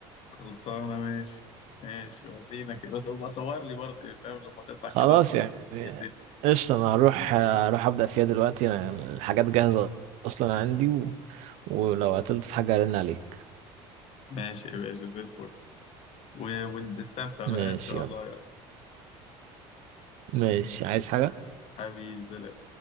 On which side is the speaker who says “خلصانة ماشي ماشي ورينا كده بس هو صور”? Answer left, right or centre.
Left